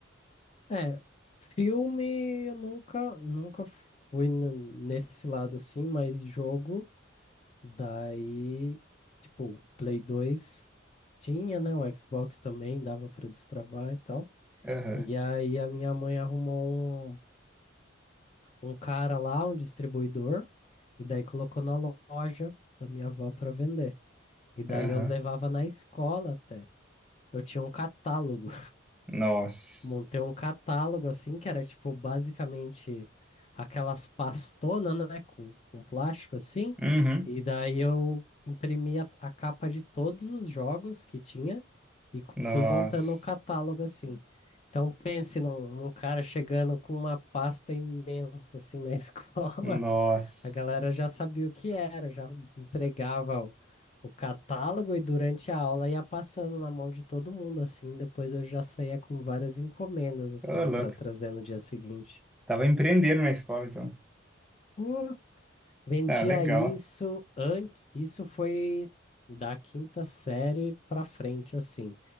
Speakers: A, on the left (about 30°); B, in the centre.
A: É, filme eu nunca, nunca fui n- nesse lado assim, mas jogo... Daí, tipo, Play 2 tinha, né? O Xbox também dava pra destravar e tal.
B: Aham,
A: E aí a minha mãe arrumou um, um cara lá, um distribuidor, e daí colocou na lo- loja da minha avó pra vender. E daí
B: aham.
A: eu levava na escola até. Eu tinha um catálogo
B: Nossa.
A: montei um catálogo assim, que era tipo basicamente aquelas pastonas, né, com, com plástico assim,
B: Uhum.
A: e daí eu imprimi a, a capa de todos os jogos que tinha e co-
B: Nossa.
A: fui montando o catálogo assim. Então pense num, num cara chegando com uma pasta imensa assim na <laughs> escola
B: Nossa,
A: a galera já sabia o que era, já entregava o, o catálogo e durante a aula ia passando na mão de todo mundo, assim. Depois eu já saía com várias encomendas, assim,
B: ô louco.
A: para trazer no dia seguinte.
B: Tava empreendendo na escola, então.
A: Pô, vendia
B: ah legal.
A: isso antes. Isso foi da quinta série para frente, assim.